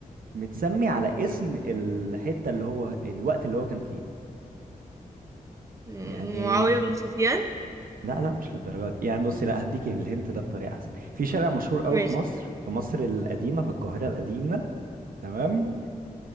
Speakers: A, on the right; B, on the right.
A: متسمي على اسم الحته اللي هو الوقت اللي هو كان فيه
B: م-
A: يعني
B: معاوية بن سفيان
A: لا لا مش للدرجه دي يعني بصي لا هديك الهنت ده بطريقه احسن في شارع مشهور قوي
B: ماشي
A: في مصر في مصر القديمه في القاهره القديمه تمام